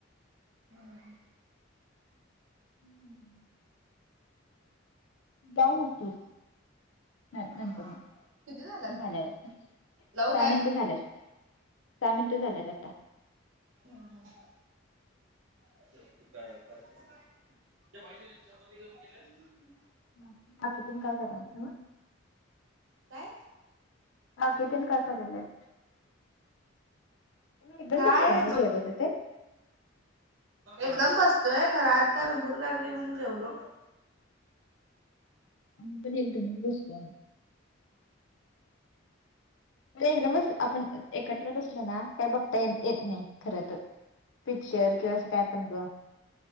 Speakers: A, on the right; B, on the left.
A: होय.
B: हं. <inaudible> काव म्हणतीस, नाही
A: हा
B: नंतरनं.
A: किती झालात
B: हे झाल्यावर,
A: लावू
B: सहा
A: काय?
B: मिनट झाल्यात, सहा मिनट झाल्यात आता.
A: हम्म हम्म. <unintelligible>
B: <unintelligible>
A: काय.?
B: <unintelligible> काकी तन काय कराल्यात. तुम्ही एकदम
A: काय
B: बसताय ना जेवायला ताई.
A: एकदम बसतोय खरं आज त्याला भूक लागली म्हणून जेवलो.
B: आम्ही पण एकदमच बसतोय. एकदामच एकत्र बसलं ना, काही बघता येत नाही खरं तर. पिक्चर किंवा असं काय पण ग.